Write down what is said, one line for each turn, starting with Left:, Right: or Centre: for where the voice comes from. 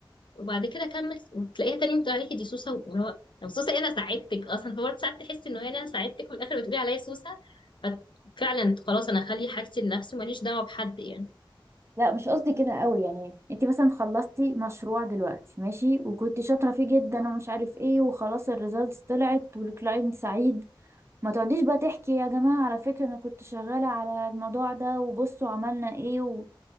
Left: وبعد كده اكمل وتلاقيها تاني بتقول عليكي دي سوسة واللي هو طب سوسة إيه انا ساعدتك اصلا فبرضه ساعات تحسي ان هو يعني انا ساعدتك وفي الاخر بتقولي عليا سوسة ففعلا خلاص انا اخلي حاجتي لنفسي ماليش دعوة بحد يعني
Right: لا مش قصدي كده قوي يعني انت مثلا خلصتي مشروع دلوقتي ماشي وكنت شاطره فيه جدا ومش عارف ايه وخلاص الريزلتس طلعت والكلاينت سعيد ما تقعديش بقى تحكي يا جماعه على فكره انا كنت شغاله على الموضوع ده وبصوا عملنا ايه